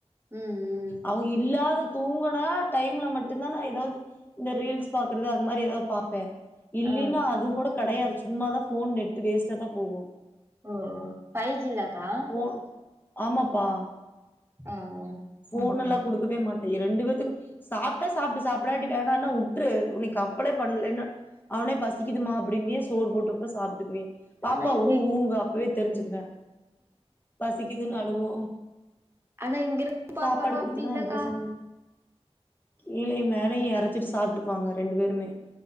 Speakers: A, on the right; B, on the left.
A: ம் ம்
B: அவ்ங்க இல்லாத தூங்குன டைம்ல மட்டுந்தா நா எதாவ்து இந்த ரீல்ஸ் பாக்குறது அது மாரி எதாவ்து பாப்பே இல்லைனா
A: ஆ ஆ
B: அது கூட கெடையாது சு ம்மாதா ஃபோன் நெட்டு் வேஸ்ட்டா தா போகு
A: ஓ ஓ ஃபைஜ் ஜிங்லாக்கா
B: ஃபோன் ஆமாப்பா
A: ஆஹ் அஹ்
B: ஃபோனல்லா குடுக்கவே மாட்டே எ ரெண்டு வேத்துக்கு சாப்ட்டா சாப்டு சாப்டாட்டி வேணான்னா உட்ரு நீ கம்ப்பளே பண்லேனா அவனே பசிக்குதுமா அப்டின்பே சோறு போட்டு வப்பே சாப்ட்டுக்குவே பாப்பா
A: ஆனா இப்ப
B: ஊ
A: எங்
B: ஊன்பா அப்பவே தெரிஞ்சுக்குவோ பசிக்குதுன்னு அழுவு
A: ஆனா இங்கருக் பாப்போலா
B: சாப்பாடு குடுத்தனா
A: அப்டி இல்லக்கா
B: அது பேசாம கீழயு மேலையு எரைச்சிட்டு சாப்ட்டுக்குவாங்க ரெண்டு பேருமே